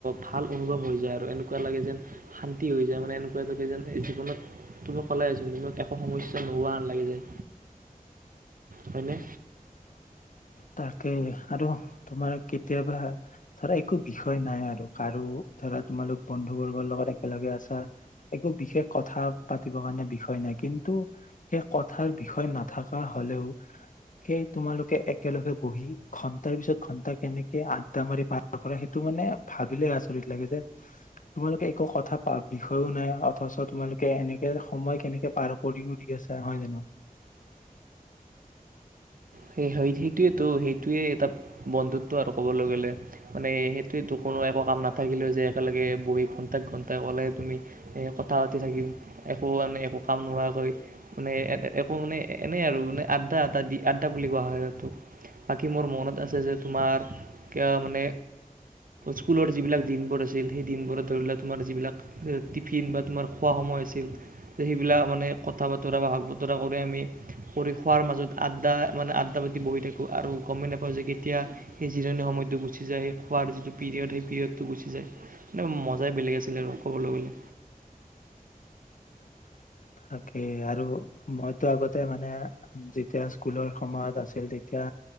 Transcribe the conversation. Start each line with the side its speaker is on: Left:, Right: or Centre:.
Right: ভাল অনুভৱ হৈ যায় আৰু এনেকুৱা লাগে যেন শান্তি হৈ যায় মানে কিবা যদি যে জীৱনত তুমি কলাইচোন তুম একো সমস্যা নোহোৱা লাগি যায় হয়নে
Left: তাকে আৰু তোমাৰ কেতিয়াবা ধৰা একো বিষয় নাই আৰু কাৰো ধৰা তোমালোক বন্ধু বৰ্গৰ লগত একেলগে আছা একো বিশেষ কথা পাতিবৰ কাৰণে বিষয় নাই কিন্তু সেই কথাৰ বিষয় নাথকা হলেও সেই তোমালোকে একে একেলগে বহি ঘন্টাৰ পিছত ঘন্টা কেনেকে আড্ডা মাৰি পাৰ কৰা সেইটো মানে ভাবিলে আচৰিত লাগে যে তোমালোকে একো কথা বিষয়ও নাই অথচ তোমালোকে এনেকে সময় কেনেকে পাৰ কৰিও দি আছা হয় জানো।
Right: সেই সেই সেইটোৱেতো সেইটোৱে এটা বন্ধুত্ব আৰু ক'বলৈ গ'লে মানে সেইটোৱেতো কোনো একো কাম নাথাকিলেও যে একেলগে বহি ঘণ্টা ঘণ্টা ক'লে তুমি কথা পাতি থাকিম একো মানে একো কাম নোহোৱাকৈ মানে একো মানে এনেই আৰু মানে আদদা আ দি আ বুলি কোৱা হয় বাকী মোৰ মনত আছে যে তোমাৰ মানে স্কুলৰ যিবিলাক দিনবোৰ আছিল সেই দিনবোৰত ধৰি লোৱা তোমাৰ যিবিলাক টিফিন বা তোমাৰ খোৱা সময় আছিল সেইবিলাক মানে কথা বতৰা বা ভাগ বতৰা কৰি আমি কৰি খোৱাৰ মাজত আড্ডা মানে আড্ডা পাতি বহি থাকোঁ আৰু গমেই নাপাওঁ যে কেতিয়া সেই জিৰণি সময়টো গুচি যায় সেই খোৱাৰ যিটো পিৰিয়ড সেই পিৰিয়ডটো গুচি যায় মানে মজাই বেলেগ আছিলে আৰু ক'বলৈ গ'লে
Left: তাকেই আৰু মইতো আগতে মানে যেতিয়া স্কুলৰ সময়ত আছিল তেতিয়া